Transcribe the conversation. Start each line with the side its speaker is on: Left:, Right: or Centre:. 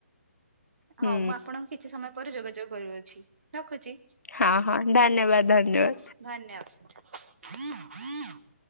Left: ହୁଁ
Right: ହଉ ମୁଁ ଆପଣଙ୍କୁ କିଛି ସମୟ ପରେ ଯୋଗାଯୋଗ କରୁଅଛି ରଖୁଚି।
Left: ହଁ ହଁ ଧନ୍ୟବାଦ ଧନ୍ୟବାଦ।
Right: ଧନ୍ୟବାଦ।